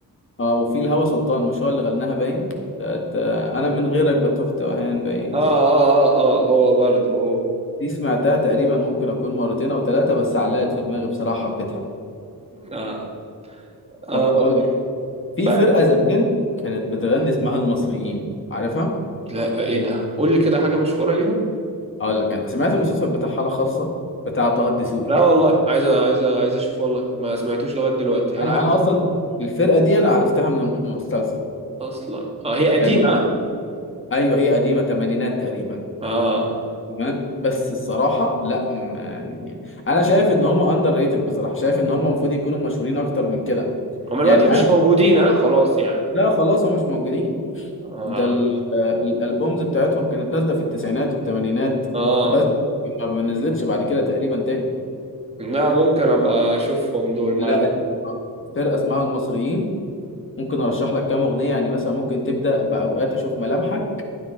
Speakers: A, on the left; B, on the right.
A: اه وفي الهوى سلطان مش هو اللي غناها باين بتاعت، آه، انا من غيرك بتوه توهان باين
B: اه اه اه اه هو برضه هو
A: دي سمعتها تقريبا ممكن اكون مرتين او ثلاثه بس علقت في دماغي بصراحه حبيتها
B: اه اه
A: طب اقول لك في
B: بس
A: فرقه زمان كانت بتغني اسمها المصريين عارفها
B: لا ايه ده قول لي كده حاجة مشهورة ليهم
A: اقول لك انا سمعت المسلسل بتاع حاله خاصه بتاع طه الدسوقي
B: لا والله عايز عايز عايز اشوف والله ما سمعتوش لغاية دلوقتي انا
A: انا
B: عارف
A: انا اصلا الفرقه
B: م.
A: دي انا عرفتها من المسلسل
B: اصلا اه هي قديمة
A: كان ايوه هي قديمه تمانينات تقريبا
B: اه
A: تمام بس الصراحه لا م- يعني انا شايف ان هم اندر ريتد بصراحه شايف ان هم المفروض يكونوا مشهورين اكتر من كده
B: هم دلوقتي
A: يعني
B: مش
A: انا
B: موجودين اه خلاص يعني
A: لا خلاص هم مش موجودين
B: اه
A: ده ال- آه، الالبومز بتاعتهم كانت نازله في التسعينات والثمانينات
B: اه
A: بس ما ما نزلتش بعد كده تقريبا تاني
B: لا ممكن ابقى اشوفهم دول مع
A: لا
B: ال-
A: اسم- فرقه اسمها المصريين ممكن ارشح لك كام اغنيه يعني مثلا ممكن تبدا باوقات اشوف ملامحك